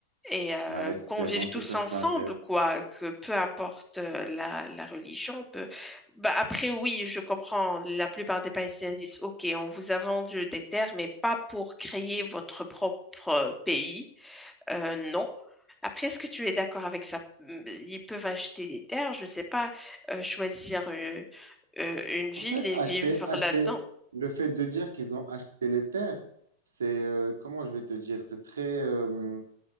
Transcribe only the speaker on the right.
Bah, espérons
que
ça
s'arrête.
En fait,
acheter,
acheter,
le fait de dire qu'ils ont acheté les terres, c'est, euh, comment je vais te dire, c'est très, euh,